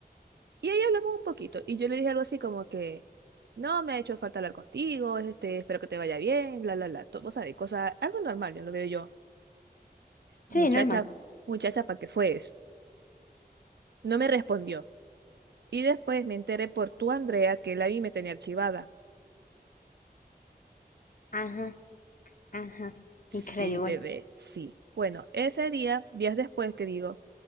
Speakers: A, on the right (about 80°); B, on the left (about 55°).
A: Y ahí hablamos un poquito. Y yo le dije algo así como que, no, me ha hecho falta hablar contigo, este, espero que te vaya bien, bla, bla, bla. Todo, sabes sabés, cosa, algo normal, yo lo veo yo.
B: Sí,
A: Muchacha,
B: normal.
A: muchacha, ¿para qué fue eso? No me respondió. Y después me enteré por tu Andrea, que la vi me tenía archivada.
B: Ajá. Ajá,
A: Sí,
B: increíble.
A: bebé, sí. Bueno, ese día, días después que digo,